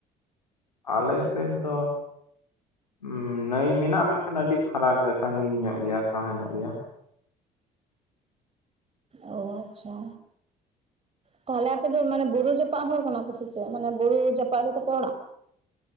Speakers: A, on the left; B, on the right.
A: ᱟᱞᱮ ᱥᱮᱫ ᱫᱚ ᱦᱩᱸ ᱱᱟᱹᱭ ᱢᱮᱱᱟᱜᱼᱟ ᱢᱮᱱᱠᱷᱟᱱ ᱟᱹᱰᱤ ᱯᱷᱟᱨᱟᱠ ᱨᱮ ᱥᱟᱺ ᱜᱤᱧ ᱧᱚᱜ ᱜᱮᱭᱟ ᱥᱟᱦᱟ ᱧᱚᱜ ᱜᱮᱭᱟ
B: ᱳ ᱟᱪᱪᱷᱟ ᱛᱟᱦᱚᱞᱮ ᱟᱯᱮ ᱫᱚ ᱢᱟᱱᱮ ᱵᱩᱨᱩ ᱡᱟᱯᱟᱜ ᱦᱚᱲ ᱠᱟᱱᱟ ᱯᱮ ᱥᱮ ᱪᱮᱫ ᱢᱟᱱᱮ ᱵᱩᱨᱩ ᱡᱟᱯᱟᱜ ᱨᱮ ᱛᱟᱯᱮ ᱚᱲᱟᱜ?